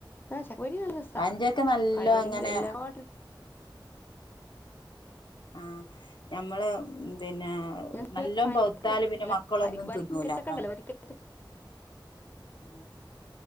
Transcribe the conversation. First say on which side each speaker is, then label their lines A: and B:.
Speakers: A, on the left; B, on the left.
A: ചക്കപൊരി നല്ല രസാ
B: പഴഞ്ചക്ക നല്ലോ
A: പഴം പൊരി
B: അങ്ങനെ
A: തിന്ന്ണകാട്ടിലും
B: ആ നമ്മള് പിന്നെ
A: ഞാൻ
B: നല്ലോം
A: പഴഞ്ചക്ക
B: പൗത്താല് പിന്നെ മക്കളൊന്നും
A: വരിക്കച്ചക്ക
B: തിന്നൂല അതാണ്
A: ഉണ്ടല്ലോ വരിക്ക
B: ആഹ്